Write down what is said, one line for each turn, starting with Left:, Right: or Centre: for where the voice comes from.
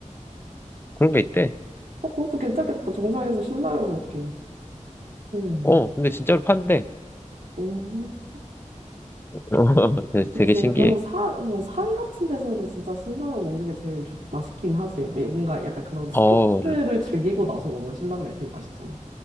Left: 그런 게 있대.
Right: 그것도 괜찮겠다. 정상에서 신라면 먹기. 음.
Left: 어, 근데 진짜로 판대.
Right: 오.
Left: <laughs> 어, 되게
Right: 그치.
Left: 되게 신기해.
Right: 그럼 산, 뭐, 산 같은 데서는 진짜 신라면 먹는 게 제일 좋- 맛있긴 하지. 왜 뭔가 약간 그런 스포츠를
Left: 어,
Right: 즐기고 나서 먹는 신라면이 제일 맛있잖아.